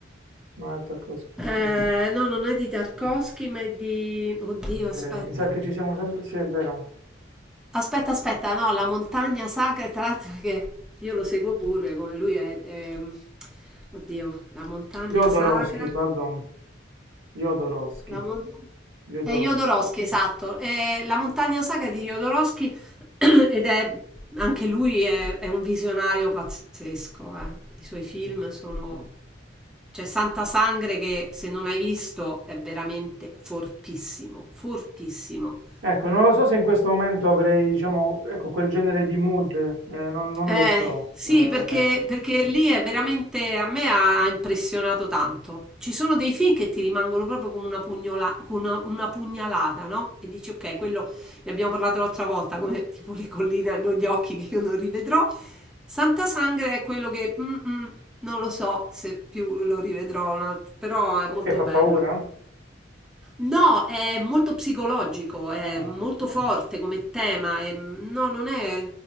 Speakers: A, on the right; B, in the centre.
A: non è Tarkovsky.
B: eh, no, non è di Tarkovsky, ma è di... Oddio,
A: È vero,
B: aspetta.
A: mi sa che ci siamo sempre... Sì, è vero.
B: Aspetta, aspetta, no, la montagna sacra, tra l'altro che io lo seguo pure, come lui è... è- Oddio, la montagna
A: Jodorowsky,
B: sacra.
A: pardon. Jodorowsky.
B: La mon-
A: Jodorowsky.
B: è Jodorowsky, esatto. È la montagna saga di Jodorowsky <clears throat> ed è anche lui è, è un visionario pazzesco. eh. I suoi film
A: Sì.
B: sono. C'è Santa Sangre che se non hai visto è veramente fortissimo, fortissimo.
A: Ecco, non lo so se in questo momento avrei, diciamo, ecco, quel genere di mood, eh, non, non
B: Eh,
A: lo so,
B: sì,
A: eh,
B: perché, perché lì è veramente, a me ha, ha impressionato tanto. Ci sono dei film che ti rimangono proprio come una, pugnola- con una, una pugnalata, no? E dici, ok, quello ne abbiamo parlato l'altra volta, come tipo le colline hanno gli occhi che io non rivedrò. Santa Sangre è quello che, mm, mm, non lo so se più lo rivedrò, un alt- però è
A: perché
B: molto
A: fa
B: bello.
A: paura?
B: No, è molto psicologico, è
A: Ah.
B: molto forte come tema. è- no, non è,